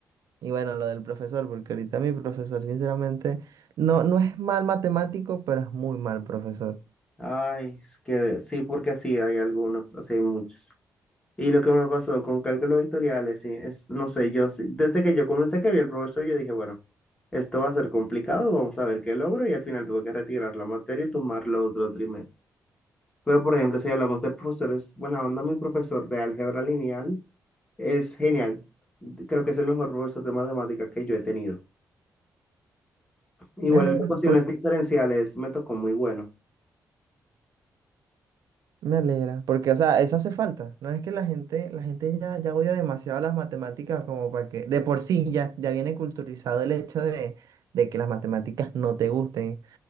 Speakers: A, on the right; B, on the left.
A: y bueno, lo del profesor, porque ahorita mi profesor, sinceramente, no, no es mal matemático, pero es muy mal profesor.
B: Ay, es que sí, porque así hay algunos, así hay muchos. Y lo que me pasó con cálculos vectoriales, sí, es, no sé, yo, sí- desde que yo comencé que vi el profesor, yo dije, bueno, esto va a ser complicado, vamos a ver qué logro, y al final tuve que retirar la materia y tomarlo otro trimestre. Pero, por ejemplo, si hablamos de profesores, buena onda, mi profesor de álgebra lineal es genial. Creo que es el mejor profesor de matemática que yo he tenido. Igual
A: Me alegra.
B: en las ecuaciones diferenciales me tocó muy bueno,
A: Me alegra, porque, o sea, eso hace falta. No es que la gente, la gente ya, ya odia demasiado las matemáticas como para que, de por sí ya, ya viene culturizado el hecho de, de que las matemáticas no te gusten.